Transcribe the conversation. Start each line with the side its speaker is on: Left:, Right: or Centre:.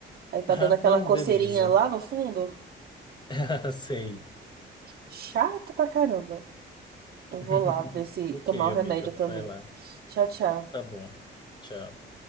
Right: Aí tá
Left: Ah,
Right: dando aquela
Left: não,
Right: coceirinha
Left: beleza.
Right: lá no fundo.
Left: <laughs> Sei.
Right: Chato pra caramba. Eu
Left: <laughs>
Right: vou lá ver se
Left: Ok,
Right: tomar o
Left: amiga,
Right: remédio também.
Left: vai lá.
Right: Tchau, tchau.
Left: Tá bom. Tchau.